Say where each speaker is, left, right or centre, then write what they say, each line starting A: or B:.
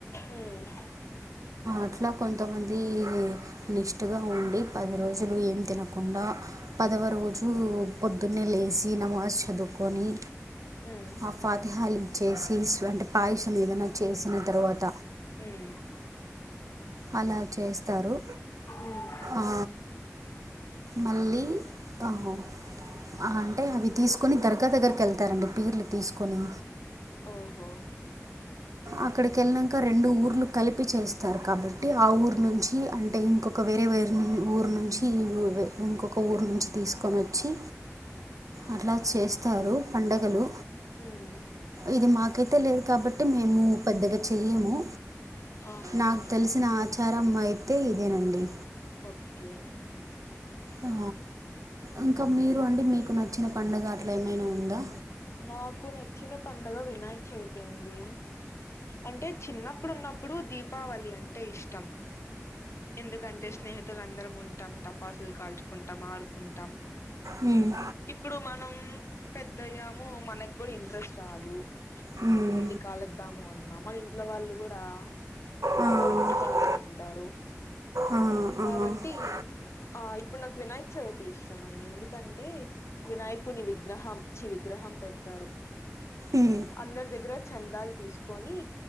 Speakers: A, on the left; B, on the right.
A: మ్మ్
B: అట్లా కొంతమంది నిష్టగా ఉండి పది రోజులు ఏం తినకుండా పదవ రోజు పొద్దున్నే లేచి నమాజ్ చదువుకొని
A: ఉమ్
B: ఆ ఫాతహల్ ఇచ్చేసి అంటే పాయసం ఏదన్నా చేసిన తర్వాత
A: మ్మ్
B: అలా చేస్తారు
A: ఉమ్.
B: ఆ మళ్ళీ అహో ఆ అంటే అవి తీసుకొని దర్గా దగ్గరికి వెళ్తారండి పీర్లు తీసుకొని
A: ఓహో
B: అక్కడికి వెళ్ళినాంక రెండు ఊర్లు కలిపి చేస్తారు కాబట్టి ఆ ఊరు నుంచి అంటే ఇంకొక వే వేరే వేరు ఊరు నుంచి ఇంకొక ఊరు నుంచి తీసుకొని వచ్చి అట్లా చేస్తారు పండుగలు
A: ఉమ్
B: ఇది మాకైతే
A: ఓకే
B: లేదు కాబట్టి మేము పెద్దగా చెయ్యము
A: ఆహా
B: నాకు తెలిసిన ఆచారం అయితే ఇదేనండి
A: ఓకే
B: ఆ ఇంకా
A: ఉమ్
B: మీరు అండి మీకు నచ్చిన పండగ అట్లా ఏమైనా ఉందా
A: నాకు నచ్చిన పండగ వినాయక చవితి అండి అంటే చిన్నప్పుడు ఉన్నప్పుడు దీపావళి అంటే ఇష్టం ఎందుకంటే స్నేహితులు అందరం ఉంటాం టపాసులు కాల్చుకుంటాం ఆడుకుంటాం
B: ఉమ్
A: ఇప్పుడు మనం పెద్దయ్యాము మనకు కూడా ఇంట్రెస్ట్ రాదు
B: ఉమ్
A: వెళ్లి కాలుద్దాము అన్నా మన ఇంట్లో వాళ్ళు కూడా ఏం
B: ఆ ఆ
A: కాలుస్తావులే అంటారు
B: ఆ ఉమ్ ఉమ్
A: కాబట్టి ఆ ఇప్పుడు నాకు వినాయక చవితి ఇష్టం అండి ఎందుకు కంటే వినాయకుని విగ్నహాం చి విగ్రహం పెడతారు
B: మ్మ్
A: అందరి దగ్గర చందాలు తీసుకొని